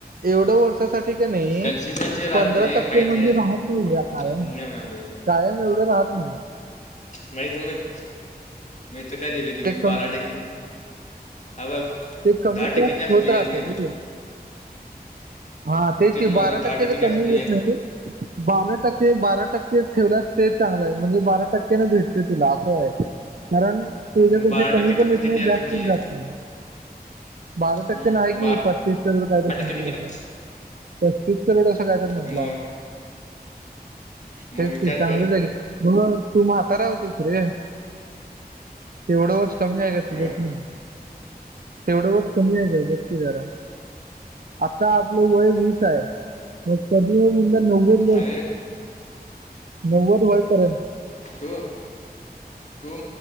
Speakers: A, on the right; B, on the left.
A: एवढं वर्षासाठी ठीक आहे नाही
B: कन्सेशनची राहत
A: पंधरा
B: नाही
A: टक्के
B: माहिती
A: म्हणजे
B: आहे
A: राहत काय ना.
B: मी म्हणालो
A: कायम एवढं राहते मग
B: माहित मग माहि तर काय दिलं तिने
A: ते कमी
B: बारा टक्के हा बघ.
A: ते कमी
B: दहा टक्केच्या
A: तर होत
B: खाली
A: राहत.
B: येत नाही बघ
A: हा तेच
B: मग
A: क
B: म्हणाले
A: बारा टक्क्या
B: दहा टक्केच्या
A: कमी
B: खाली
A: येत नाही. बारा टक्के बारा टक्के ठेवल्यास ते चांगलं आहे म्हणजे बारा टक्केने भेटते तुला असं आहे. कारण ते
B: मग
A: ज तो
B: बारा
A: कमी
B: टक्क्यानं
A: कमी
B: पण
A: एकेत
B: किती
A: नाही
B: आहे
A: जास्त
B: बघ की
A: जात. बारा
B: हम्म,
A: टक्के नाही आहे
B: बारा
A: कि पस्तीस करोड कायदा
B: टक्क्याने
A: म्हट.
B: किती
A: पस्तीस कलोड असं काय तर म्हंटलं
B: मग मग
A: तेच
B: विचार
A: क चांगलंच
B: कर
A: आहे. मग तू म्हातारा होतोस रे तेवढं वर्ष कमी आहे
B: अं,
A: का तुझ त तेवढं व कमी आहे ग बघती जरा आता आपलं वय वीस आहे मगणज नव्व.
B: अरे
A: नव्वद वयपर्यंत
B: तो तो